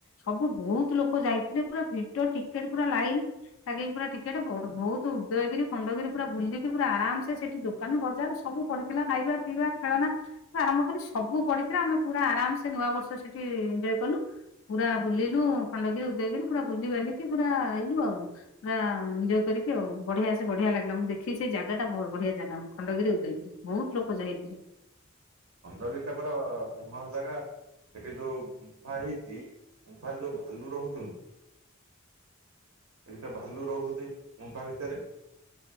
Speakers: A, on the left; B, on the right.
A: ସବୁ ବୋହୁତ୍ ଲୋକ ଯାଇଥିଲେ। ପୁରା ଭିଡ ଟିକେଟ୍ ପୁରା ଲାଇନ୍। ଲାଗିକି ପୁରା ଟିକେଟେ ବୋହୁତ ଉଦୟଗିରି ଖଣ୍ଡଗିରି ପୁରା ବୁଲିକି ପୁରା ଆରାମସେ ସେଠି ଦୋକାନ ବଜା ଯାର ସବୁ ପଡିଥିଲା ଖାଇବା ପିଇବା ଖେଳନା ଠୁ ଆରମ୍ଭ କରି ସବୁ ପଡିଥିଲା ଆମେ ପୁରା ଆରାମସେ ନୂଆ ବର୍ଷ ସେଠି ଏଞ୍ଜୟ୍ କଲୁ। ପୁରା ବୁଲିଲୁ ଖଣ୍ଡଗିରି ଉଦୟଗିରି ପୁରା ବୁଲି ବାଲିକି ପୁରା ଆଇଲୁ ଆଉ। ପୁରା ଏଞ୍ଜୟ୍ କରିକି ଆଉ ବଢିଆ ସେ ବଢିଆ ଲାଗିଲା ମୁଁ ଦେଖିଲି ସେ ଜାଗାଟା ଭ ବଢିଆ ଜାଗା। ଖଣ୍ଡଗିରି ଉଦୟଗିରି ବହୁତ୍ ଲୋକ ଯାଇଥିଲେ।
B: ଖଣ୍ଡଗିରିଟା ପୁରା ଫେମସ୍ ଜାଗା। ସେଠି ଯୋଉ ଗୁମ୍ଫା ହେଇଛି ଗୁମ୍ଫାରେ ଯୋଉ ଭାଲୁ ରହୁଚନ୍ତି ସେଠି ତ ଭାଲୁ ରହୁଛନ୍ତି ଗୁମ୍ଫା ଭିତେରେ।